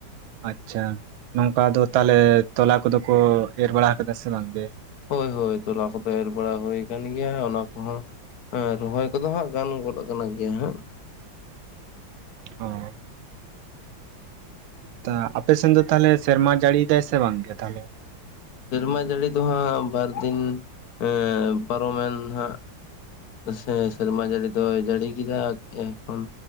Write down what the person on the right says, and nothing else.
ᱟᱪᱪᱷᱟ ᱱᱚᱝᱠᱟ ᱟᱫᱚ ᱛᱟᱦᱟᱞᱮ ᱛᱚᱞᱟ ᱠᱚᱫᱚ ᱠᱚ ᱮᱨ ᱵᱟᱲᱟ ᱠᱟᱫᱟ ᱥᱮ ᱵᱟᱝ ᱜᱮ?
ᱚ ᱛᱟ ᱟᱯᱮ ᱥᱮᱱ ᱫᱚ ᱛᱟᱦᱟᱞᱮ ᱥᱮᱨᱢᱟ ᱡᱟᱹᱲᱤᱭ ᱫᱟᱭ ᱥᱮ ᱵᱟᱝ ᱜᱮ ᱛᱟᱦᱟᱞᱮ?